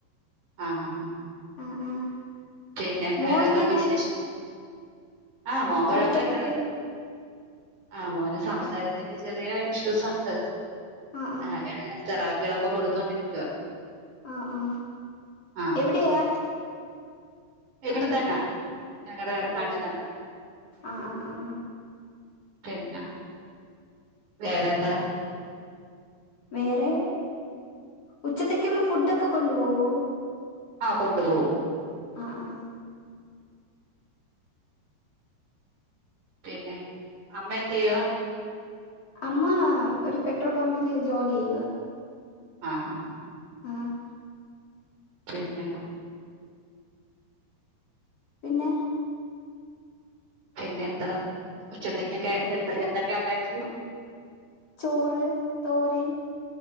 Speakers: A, on the right; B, on the left.
A: ആഹ് ആഹ്
B: ആഹ് ആഹ്
A: പിന്നെ വേറെന്തോണ്ട്
B: മോ എങ്ങനെ
A: വിശേഷം ആ മോൻ കൊഴപ്പല്ല
B: പഠിക്കാനൊക്കെ
A: ആ മോന് സംസാരത്തിന്റെ ചെറിയ ഇഷ്യൂസുണ്ട്
B: ആഹ് ആഹ്
A: ആ അങ്ങനെ തെറാപ്പി തിളൊക്കെ കൊടുത്തോണ്ടിരിക്കാ
B: ആ ആ
A: ആ
B: എവിടെയാ
A: ഇവിടെ തന്ന ഞങ്ങടെ നാട്ടി
B: ഓഹ്
A: തന്ന
B: ആഹ് ആഹ് ആഹ്
A: പിന്ന വേറെന്താ
B: വേറെ ഉച്ചത്തെക്കുള്ള ഫുഡൊക്കെ കൊണ്ടു പോവോ?
A: ആ കൊണ്ടു പോവും
B: ആഹ് ആഹ്
A: പിന്നെ അമ്മെന്ത് യ്യുവ
B: അമ്മാ ഒരു പെട്രോൾ പമ്പില് ജോലി ചെയ്യുവ
A: ആഹ് ആഹ് ആഹ്
B: ആഹ്
A: പിന്നെ
B: പിന്നെ
A: പിന്നെന്താ ഉച്ചത്തേക്കൊക്കെ എന്ത എന്തൊക്കെ ഉണ്ടാക്കി
B: ചോറ്, തോരൻ,